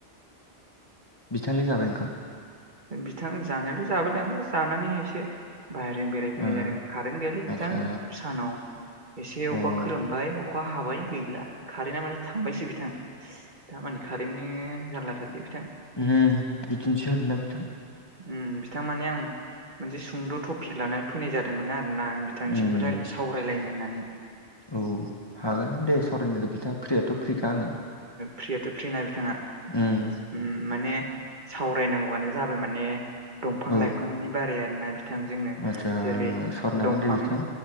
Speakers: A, on the left; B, on the right.
A: बिथाङालाय जाबाय ओंखाम?
B: बिथां जानायाथ' जाबोदों आंबो जानानै एसे बाहेरजों बेरायफैनाय
A: ओ
B: जादों कारेन्ट गैयालै बिथां
A: आदसा
B: सानाव एसे अखा
A: अ ओ
B: खोरोमबाय अखा हाबाय गैला कारेन्टआ माथो थांबायसो बिथां दा मानि कारेन्टनि जानलाथारलै बिथां‌।
A: ओम बिदिनोसै आरोना बिथां।
B: ओम बिथां माने आं मोनसे सुंद' टपिक लानानै फैनाय जादोंमोन आरोना बिथांनिसिम
A: ओम
B: सावरायलायनो होननानै
A: औ हागोन दे सावरायनो बिथां फ्रिथ' फ्रिखा आङो
B: फ्रियाथ' फ्रि ना बिथाङा
A: ओम
B: ओम माने सावरायनांगौआनो जाबाय माने दंफां
A: औ
B: लाइफांनि बारै आरोना बि बिथांजोंनो
A: आदसा
B: जेरै
A: सावरायनो हागोन
B: दंफां
A: दे बिथां